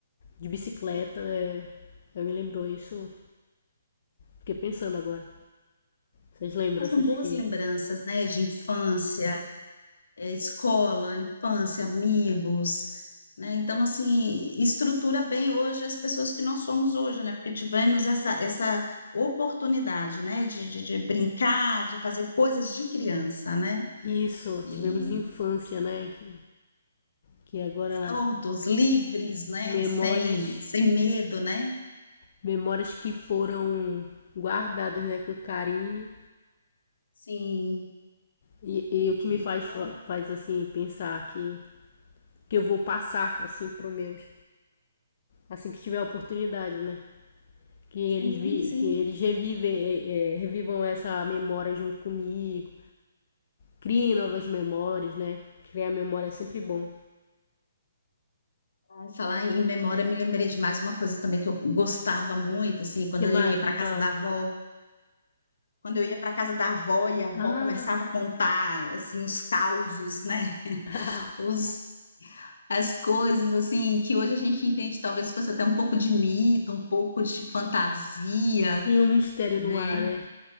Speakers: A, on the left (about 50°); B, on the left (about 80°).
A: de bicicleta. É, eu me lembrou isso. Fiquei pensando agora. Essas lembranças
B: eram boas
A: que.
B: lembranças, né, de infância. é, escola, infância, amigos, né? Então, assim, estrutura bem hoje as pessoas que nós somos hoje, né? Porque tivemos essa, essa oportunidade, né? De, de, de brincar, de fazer coisas de criança, né?
A: Isso, tivemos
B: E
A: infância, né? Que, que agora
B: soltos, livres, né?
A: memórias,
B: Sem, sem medo, né?
A: memórias que foram guardadas, né, com carinho.
B: Sim,
A: E, e o que me
B: isso,
A: faz, fa- faz assim, pensar que, que eu vou passar, assim, pros meus. Assim que tiver a oportunidade, né? Que eles,
B: sim,
A: vi,
B: sim.
A: que eles revive, é, é, revivam essa memória junto comigo. Criem novas memórias, né? Criar memória é sempre bom.
B: Ai, Falar em memória, me lembrei de mais uma coisa também que eu gostava muito, assim, quando
A: que
B: eu
A: mais?
B: ia para
A: Me fala.
B: casa da avó, Quando eu ia para casa da avó e a avó
A: Ah!
B: começava a contar assim os causos, né?
A: <laughs>
B: Os as coisas assim que hoje a gente entende talvez fosse até um pouco de mito, um pouco de fantasia,
A: Sim, o mistério
B: né?
A: no ar, né?